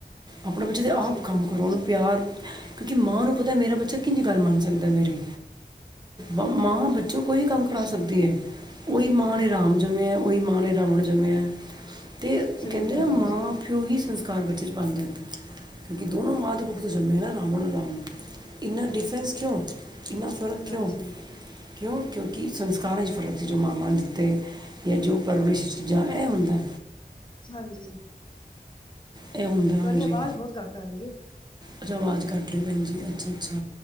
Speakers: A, on the right; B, on the left.
A: ਅਪਣੇ ਬੱਚੇ
B: ਬਿਲਕੁਲ
A: ਤੇ ਆਪ
B: ਸਹੀ ਕਹਿ
A: ਕੰਮ
B: ਰਹੇ
A: ਕਰੋ।
B: ਹੋ,
A: ਪਿਆਰ, ਕਿਉਂਕਿ ਮਾਂ ਨੂੰ ਪਤਾ ਮੇਰਾ ਬੱਚਾ ਕਿੰਜ ਗੱਲ ਮੰਨ ਸਕਦਾ ਮੇਰੀ। ਮਾਂ ਬੱਚੋਂ ਕੋਈ ਕੰਮ ਕਰਾ ਸਕਦੀ ਏ ਓਈ ਮਾਂ
B: ਬਿਲਕੁਲ
A: ਨੇ ਰਾਮ ਜਮੇਯਾ, ਓਈ ਮਾਂ ਨੇ ਰਾਵਣ ਜਮੇਯਾ, ਤੇ
B: ਸਹੀ
A: ਕੈਂਦੇ
B: ਕਹਿ
A: ਨਾ
B: ਰਹੇ
A: ਮਾਂ-ਪਿਓ
B: ਹੋ
A: ਹੀ ਸੰਸਕਾਰ ਬੱਚੇ ਚ ਪਾਂਦੇ ਨੇ। ਕਿਉਂਕਿ ਦੋਨੋਂ ਮਾਂ ਦੀ ਕੁੱਖ'ਚੋਂ ਜੰਮੇ ਨਾ ਰਾਵਣ ਔਰ ਰਾਮ, ਇੰਨਾ ਡਿਫਰੈਂਸ ਕਿਉਂ? ਇੰਨਾ ਫਰਕ
B: ਹਾਂਜੀ।
A: ਕਿਉਂ ਕਿਉਂ, ਕਿਉਂਕਿ ਸੰਸਕਾਰਾਂ 'ਚ ਫਰਕ ਸੀ ਜੋ ਮਾਂਵਾਂ ਦਿੱਤੇ ਜਾਂ ਜੋ ਪਰਵਰਿਸ਼ ਚੀਜ਼ਾਂ ਏ ਹੁੰਦਾ।
B: ਹੰਜੀ,
A: ਇਹ ਹੁੰਦਾ ਹਾਂਜੀ
B: ਤੁਆਡੀ ਆਵਾਜ਼ ਬਓਤ ਘੱਟ ਆ ਰੀਏ।
A: ਅੱਛਾ, ਆਵਾਜ਼ ਕੱਟ ਰੀ ਭੈਣ ਜੀ ਅੱਛਾ-ਅੱਛਾ